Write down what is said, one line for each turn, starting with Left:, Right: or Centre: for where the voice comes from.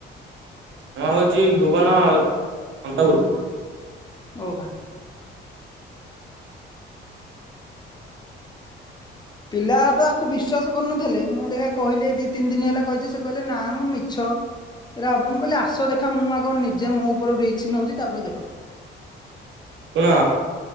Right: ମୁଁ ହଉଛି ଭୁବନ ଅନ୍ତପୁରୁ।
Left: ଓହୋ ପିଲା ତ ଆକୁ ବିଶ୍ଵାସ କରୁନଥିଲେ ମୁଁ ଦେଖିଆ କହିଲି ଏ ଦି ତିନି ଦିନ ହେଲା କହିଛି ସେ କହିଲେ ନା ମ ମିଛ। ଏରା ହବ ମୁଁ କହିଲି ଆସ ଦେଖା ମୁଁ ଆଉ କଣ ନିଜେ ମୋ ଉପରୁ ରିକ୍ସ ନେଉଛି ତାପରେ ଦେଖ
Right: ଶୁଣ